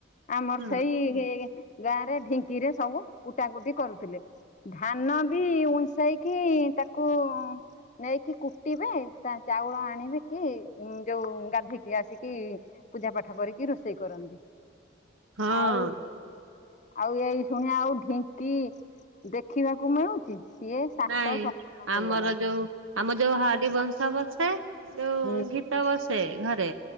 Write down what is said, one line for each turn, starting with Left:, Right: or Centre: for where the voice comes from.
Left: ଆମର
Right: ହଁ
Left: ସେଇ ଗାଁ ରେ ଢିଙ୍କିରେ ସବୁ କୁଟା କଟି କରୁଥିଲେ ଧାନ ବି ଉନସ୍ ଯଇକି ତାକୁ ନେଇକି କୁଟିବେ ତା ଚାଉଳ ଆଣିବେ କି ଯୋଉ ଗାଧୋଇକି ଆସିକି ପୂଜା ପାଠ କରିକି ରୋଷେଇ କରନ୍ତି
Right: ହଁ
Left: ଆଉ ଆଉ ଏଇ ଶୁଣିଆ ଆଉ ଢିଙ୍କି ଦେଖିବାକୁ ମିଳୁଛି ସିଏ ସାତ
Right: ନାଇଁ
Left: ସପନ ହେଇଗଲାଣି।
Right: ଆମର ଯୋଉ ଆମ ଯୋଉ ହାରି ବଂଶ ବସେ ଯୋଉ
Left: ହୁଁ
Right: ଗୀତ ବସେ ଘରେ